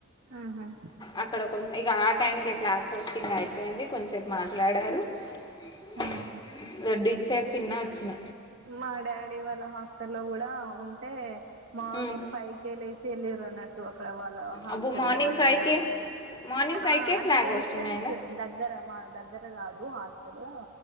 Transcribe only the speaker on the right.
ఆహా.
ఆహా.
మా డాడీ వాళ్ళ హాస్టల్ల్లో కూడా ఉంటే. మార్నింగ్
ఫైవ్ కే లేసి వెళ్ళిర్రు అన్నట్టు అక్కడ వాళ్ళ హాస్టల్
వార్డను.
ఆ అంటే
డిస్టెన్స్
దగ్గర మా దగ్ గ్గర కాదు హాస్టలు